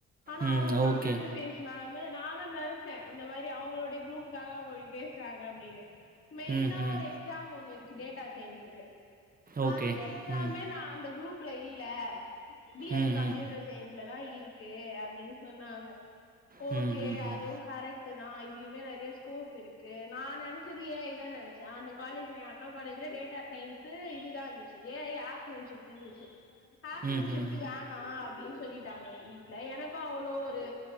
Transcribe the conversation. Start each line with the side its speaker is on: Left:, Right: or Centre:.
Left: ஆனா
Right: ம்.
Left: அவங்க கம்ப்யூட்டர்
Right: ஓகே.
Left: சயன்ஸ் மேம் னு நானு நெனைச்சே இந்த மாரி அவங்களுடைய குரூப்புக்காக அவங்க இ பேசுறாங்க அப்டின்னு மெய்னா
Right: ம், ம்.
Left: ஒரு எக்ஸாம் ஒண்ணு இரு க்கு டேட்டா சயன்ஸுக்கு.
Right: ஓகே.
Left: அந்த எக்ஸாமுமே
Right: ம்.
Left: நா அந்த குரூப் ல இல்ல பி எஸ்
Right: ம்,
Left: சி கம்ப்யூட்டர்
Right: ம்.
Left: சயன்ஸ் லதா இருக்கு அப்டின்னு சொன்னாங்க.
Right: ம்,
Left: ஓகே
Right: ம், ம்.
Left: அதுவும் கரெக் ட்டுதா இதுலயுமே நெறைய ஸ்கோப் இரு க்கு நா நெனைச்சது ஏ ஐ தா நெனைச்சே அந்த காலேஜுல ஏன் அக்கா காலேஜுல டேட்டா சயின்ஸு இதுதா இருந்துச்சு ஏ ஐ ஆஃப்டர்நூன் ஷிஃப்டு இருந்துச்சு. ஆஃப்டர்நூன்
Right: ம்,
Left: ஷிஃப்டு
Right: ம், ம்.
Left: வேணா அப் டின்னு சொல்லிட்டாங்க எங்க வீட்ல எனக்கு அவ்ளோ ஒரு